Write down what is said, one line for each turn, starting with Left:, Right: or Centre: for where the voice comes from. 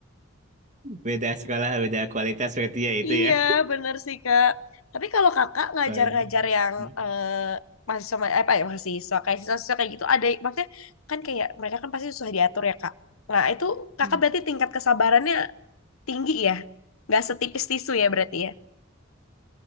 Right: Beda sekolah, beda kualitas berarti ya itu
Left: Iya,
Right: ya.
Left: bener sih Kak. Tapi kalau Kakak ngajar-ngajar
Right: Waduh.
Left: yang
Right: Hmm.
Left: eh, mahasiswa eh, apa ya mahasiswa kayak siswa-siswa kayak gitu ada maksudnya kan kayak mereka kan pasti susah diatur ya Kak. Nah, itu Kakak
Right: Hmm.
Left: berarti tingkat kesabarannya tinggi ya? Nggak setipis tisu ya berarti ya?